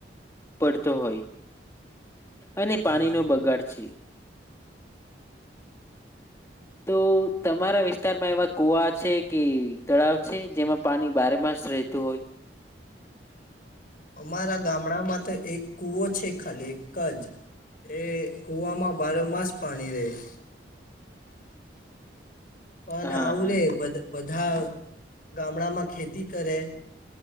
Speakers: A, on the left; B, on the left.
A: પડતો હોય. અને
B: હા
A: પાણીનો બગાડ છે. તો તમારા વિસ્તારમાં એવા કુવા છે કે તળાવ છે જેમાં પાણી બારેમાસ રહેેતુ હોય.
B: અમારા ગામડામાં તો એક કૂવો છે. ખાલી એક જ. એ કુવામાં બારેમાસ પાણી રેય. પણ
A: હા
B: આવું
A: હા
B: રે બધ બધા ગામડામાં ખેતી કરે.